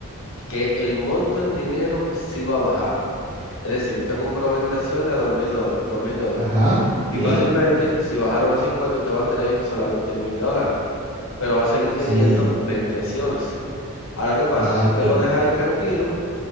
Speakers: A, on the left; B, on the right.
A: Que el monto en dinero sí va a bajar es decir, usted compró 20 acciones a 2000 dólares.
B: Ajá,
A: Y
B: sí,
A: fácilmente, si bajaron a 50, usted va a tener solamente 1000 dólares. Pero va a seguir teniendo
B: sí.
A: 20 acciones. Ahora, ¿qué pasa?
B: Ah,
A: Si usted
B: ok.
A: lo deja ahí tranquilo